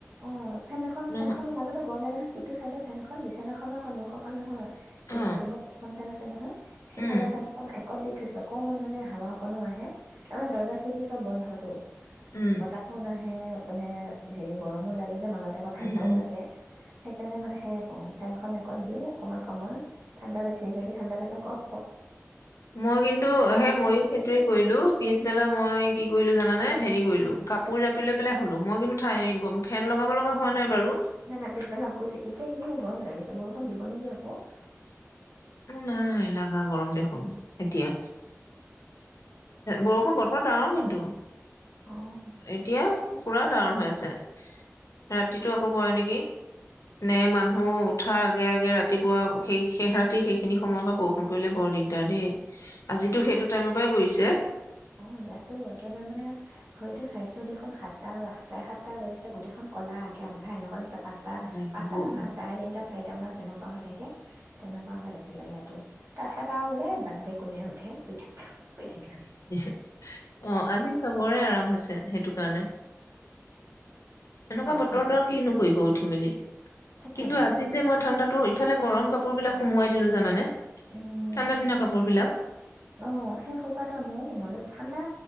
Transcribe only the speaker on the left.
নহ
অ
উম
উম
উম উম
মই কিন্তু হে মই সেইতুৱে কৰিলো পিছবেলা মই কি কৰিলোঁ জানানে? হেৰি কৰিলোঁ কাপোৰ জাপি লৈ পেলায় শুলোঁ, মই কিন্তু ঠাই গম ফেন লগাব লগা হোৱা নাই বাৰু
নাই লাগা গৰম দেখোন এতিয়া। বৰষুণ বতৰ ডাৱৰ কিন্তু।
এতিয়া পুৰা ডাৱৰ হৈ আছে। ৰাতিটো আকৌ পৰে নেকি নে, মানুহ উঠাৰ আগে, আগে ৰাতিপুৱা শেষ, শেষ ৰাতি সেইখিনি সময় পৰা বৰষুণ পৰিলে বৰ দিগদাৰ দেই, আজিটো সেইটো টাইমৰ পৰাই পৰিছে এ
অ
অ' আজি চবৰে আৰাম। হৈছে সেইটো। সেইটো কাৰণে এনেকুৱা
বতৰত আৰু কিনো কৰিবও উঠি। ইমিলি
কিন্তু আজি যে মই ঠাণ্ডাটো ইফালে গৰম কাপোৰবিলাক সোমুৱাই দিলোঁ জানানে।
ঠাণ্ডা দিনা কাপোৰ বিলাক